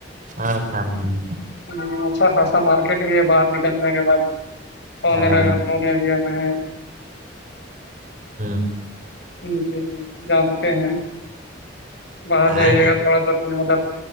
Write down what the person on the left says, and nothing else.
ہ سر خاصا مارکیٹ بھی ہے باہر نکلنے کے بعد <unintelligible> پونے
ن پنےیریا میں ہے <unintelligible>
مجھے جانتے ہیں باہر بھی
آئیے
گا تھوڑا دیر میں ادھر